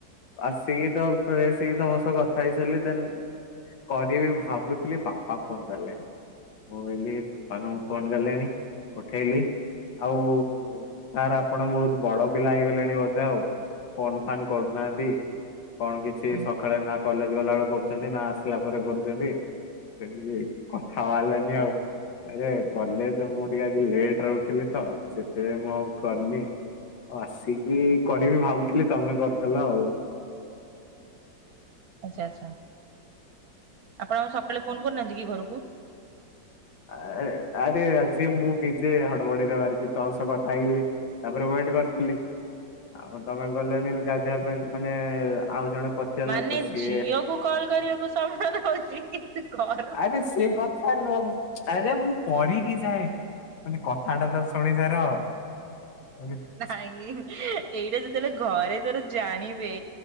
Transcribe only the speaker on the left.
ଆସିକି ତ ଫ ଆସିକି ତମ ସହ କଥା ହେଇସାରିଲି ଦେନ୍ କରିବି ଭାବୁଥିଲି ବାପା ଫୋନ କଲେ ମୁଁ ବୋଲି ବାପାଙ୍କୁ ଫୋନ କଲେଣି ଉଠେଇଲି ଆଉ ସାର୍ ଆପଣ ବହୁତ ବଡ ପିଲା ହେଇଗଲେଣି ବୋଧେ ଆଉ ଫୋନ ଫନ୍ କରୁନାହାନ୍ତି। କଣ କିଛି
ସକାଳେ ନା କଲେଜ ଗଲାବେେଳେ କରୁଛନ୍ତି ନା ଆସିଲା ପରେ କରୁଛନ୍ତି ସେମିତି କଥା ବାହାରିଲାନି ଆଉ ଆରେ କଲେଜ ମୁଁ ଟିକେ ଆଜି ଲେଟ ରେ ଉଠିଲି ତ ସେଥିପାଇଁ ମୁଁ ଆଉ କରିନି ଉ ଆସିକି କରିବି ଭାବୁଥିଲି ତମେ କରିଦଲ ଆଉ।
ଆ ଆରେ ଆଜି ମୁଁ ନିଜେ ହଡବଡିରେ ବାରିଛି ତମ ସହ କଥା ହେଇଲି। ତାପରେ ୱେଟ କରିଥିଲି ଆଉ ତମେ ଗଲଣିି ଗାଧେବା ପାଇଁ ମାନେ ଆଉ ଜଣେ ପଶିଗଲା
ତ ସିଏ
ଆରେ ସେଇ କଥା ସାର୍ ନୁହଁ ଆରେ ମୁଁ କରିକି ଯାଏଁ ମାନେ କଥାଟା ତ ଶୁଣି ସାର <unintelligible>